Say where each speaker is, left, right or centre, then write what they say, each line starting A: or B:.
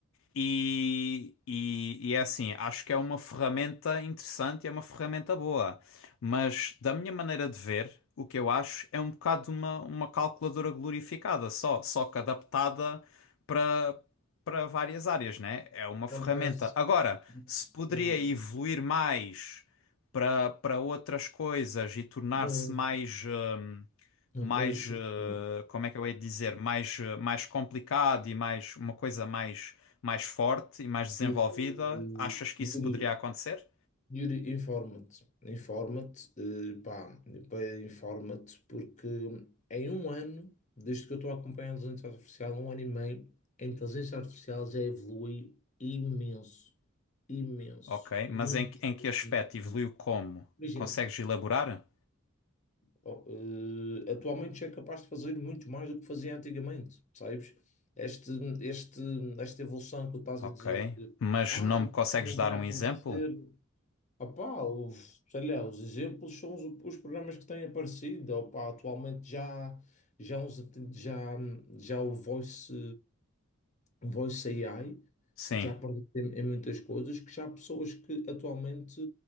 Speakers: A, on the left (about 65°); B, on the left (about 35°).
A: e, e, e é assim, acho que é uma ferramenta interessante e é uma ferramenta boa, mas da minha maneira de ver, o que eu acho é um bocado uma, uma calculadora glorificada, só, só que adaptada para para várias áreas, né? É uma ferramenta.
B: não penso,
A: Agora, se poderia
B: hum,
A: evoluir mais para para outras coisas e tornar-se
B: não,
A: mais eh,
B: não
A: mais,
B: penso
A: eh,
B: assim.
A: como é que eu hei de dizer, mais, eh, mais complicado e mais uma coisa mais, mais forte e mais desenvolvida,
B: Eh,
A: achas que
B: Yuri,
A: isso poderia acontecer?
B: Yuri, informa-te, informa-te, eh, pá, pá, informa-te, porque em um ano, desde que eu estou a acompanhar a inteligência artificial, um ano e meio, a inteligência artificial já evolui imenso, imenso,
A: Ok,
B: muito,
A: mas em, que- em que aspecto
B: muito,
A: evoluiu
B: muito.
A: como?
B: Imagina.
A: Consegues elaborar?
B: Oh, eh, atualmente já é capaz de fazer muito mais do que fazia antigamente, sabes? Este, este, esta evolução que tu estás
A: Ok,
B: a dizer que
A: mas
B: ah,
A: não
B: isso
A: me consegues
B: não
A: dar
B: vai
A: um
B: acontecer.
A: exemplo?
B: Opá, os- sei lá, os exemplos são os, os programas que têm aparecido. Opá, atualmente já, já, uns- já, já o Voice um Voice AI
A: Sim.
B: já perdeu em em muitas coisas que já há pessoas que atualmente